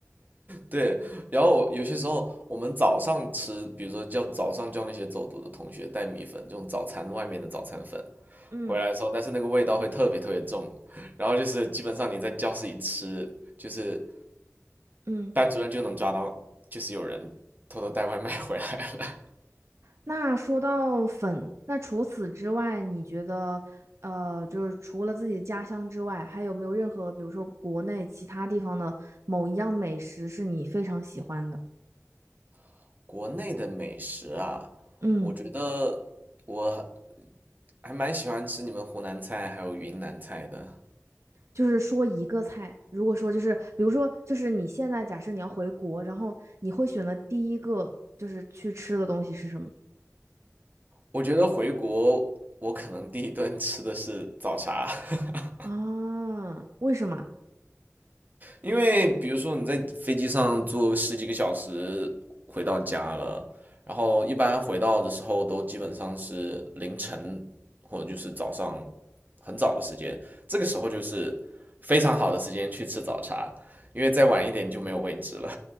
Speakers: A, on the right; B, on the right.
A: 对，然后有些时候我们早上吃，比如说叫早上叫那些走读的同学带米粉，这种早餐外面的早餐粉
B: 嗯
A: 回来的时候，但是那个味道会特别特别重，然后就是基本上你在教室里吃，就是
B: 嗯，
A: 班主任就能抓到，就是有人偷偷带外卖回来了。
B: 那说到粉，那除此之外，你觉得呃，就是除了自己的家乡之外，还有没有任何，比如说国内其他地方的某一样美食是你非常喜欢的？
A: <laughs> 国内的美食啊，
B: 嗯，
A: 我觉得我还还蛮喜欢吃你们湖南菜还有云南菜的。
B: 就是说一个菜，如果说就是比如说就是你现在假设你要回国，然后你会选择第一个就是去吃的东西是什么？
A: 我觉得回国我可能第一顿吃的是早茶。<laughs>
B: 啊，为什么？
A: 因为比如说你在飞机上坐十几个小时回到家了，然后一般回到的时候都基本上是凌晨或者就是早上很早的时间，这个时候就是非常好的时间去吃早茶，因为再晚一点就没有位置了。